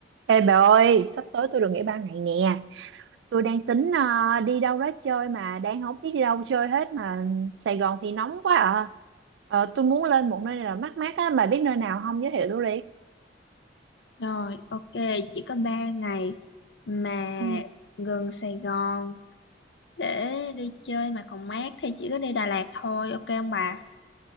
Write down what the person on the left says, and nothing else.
Rồi, ok, chỉ có 3 ngày mà
gần Sài Gòn để đi chơi mà còn mát thì chỉ có đi Đà Lạt thôi, ok không bà?